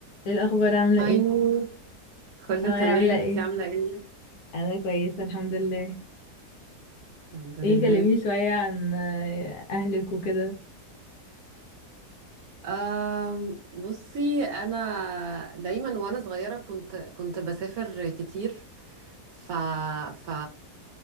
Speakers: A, on the left; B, on the right.
A: ايه الاخبار عامله
B: هاي
A: ايه
B: نور كله
A: هاي
B: تمام
A: عامله ايه
B: انتي عاملة ايه؟
A: انا كويسه الحمد لله
B: الحمد لله
A: ايه كلميني شويه عن آه، اهلك وكده
B: أم بصي انا دايما وانا صغيرة كنت كنت بسافر كتير ف ف